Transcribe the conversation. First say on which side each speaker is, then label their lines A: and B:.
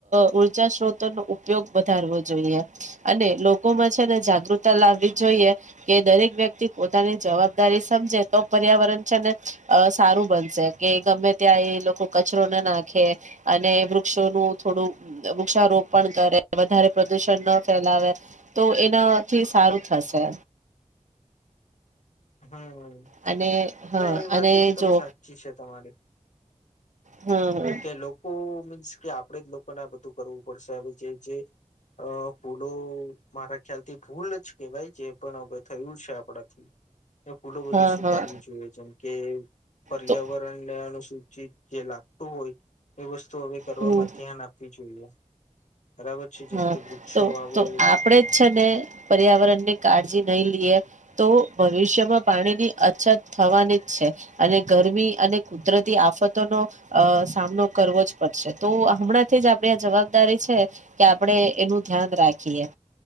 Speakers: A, on the right; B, on the left.
A: ઉર્જા સ્ત્રોતોનો ઉપયોગ વધારવો જોઈએ અને લોકોમાં છે ને જાગૃતતા લાવવી જોઈએ કે દરેક વ્યક્તિ પોતાની જવાબદારી સમજે તો પર્યાવરણ છે ને અ સારું બનશે કે ગમે ત્યાં એ. લોકો કચરો ના નાખે અને વૃક્ષોનું થોડું વૃક્ષારોપ પણ કરે વધારે પ્રદુષણ ના ફેલાવે તો એનાથી સારું થશે.
B: હમ્મ
A: અને હા
B: ના એ વાત
A: અને
B: એકદમ
A: જો
B: સાચી છે તમારી
A: હમ
B: કે લોકો. કે આપણે લોકોને આ બધું કરવું પડશે હવે જે જે ભૂલો મારા ખ્યાલ થી ભૂલ જ કે ભાઈ જે પણ હવે થયું છે આપણાથી. એ ભૂલો બધી
A: હા
B: સુધારવી
A: હા
B: જોઈએ જેમ કે પર્યાવરણ
A: તો
B: ને અનુસૂચિત જે લાગતું હોય. એ વસ તું હવે કરવામાં
A: હમ
B: ધ્યાન આપવી જોઈએ. બરાબર છે જેમ
A: હા
B: કે વૃક્ષો
A: તો
B: વાવો
A: તો આપડે જ છે ને પર્યાવરણ ની કાળજી નહી લઈએ. તો ભવિષ્યમાં પાણીની અછત થવાની જ છે અને ગરમી અને કુદરતી આફતોનો અ સામનો કરવો જ પડશે તો હમણાંથી જ આપણે આ જવાબદારી છે. કે આપણેે એનું ધ્યાન રાખીએ.